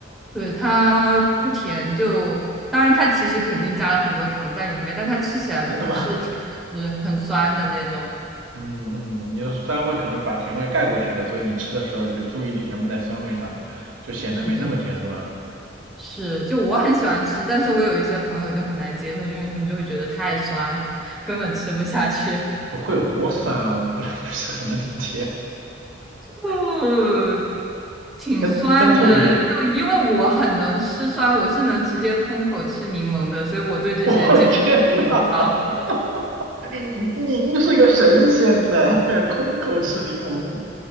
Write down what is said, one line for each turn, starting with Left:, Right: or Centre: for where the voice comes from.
Centre: 对，它不甜就，当然它其实肯定加了很多糖在里面，但它吃起来不是甜，
Right: 真的吗？
Centre: 是很酸的那种。
Right: <laughs> 嗯嗯，你的酸味可能把甜味盖过去了，所以你吃的时候就注意力全部在酸味上，就显得没那么甜是吧？
Centre: 是的，是的，是，就我很喜欢吃，但是我有一些朋友就很难接受，因为他们就会觉得太酸，根本吃不下去。
Right: 会有多酸啊？我不 <laughs> 不是很能理解，
Centre: <laughs> 嗯，挺酸的，
Right: 跟跟醋比
Centre: 就因为我很能吃酸，
Right: <laughs>，
Centre: 我是能直接空口吃柠檬的，所以我对这些接受度很高。
Right: 我天呐，<laughs> 您是个神仙呢，空口吃柠檬。